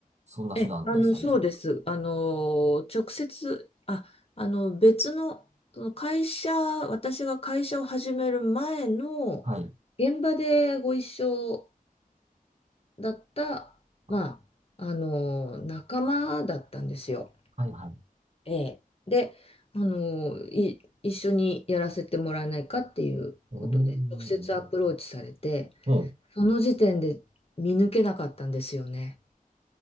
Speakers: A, on the right (about 50°); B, on the left (about 40°).
A: そんな手段で採用されますか
B: え、あの、そうです。あの、直接、あ、あの、別の、その会社、私が会社を始める前の現場でご一緒
A: はい。
B: だった、
A: あ、
B: まあ、あの、仲間だったんですよ。
A: はいはい。
B: ええ。で、あの、い、一緒にやらせてもらえないかっていうことで、
A: うーん。
B: 直接アプローチされて、
A: もう、
B: その時点で見抜けなかったんですよね。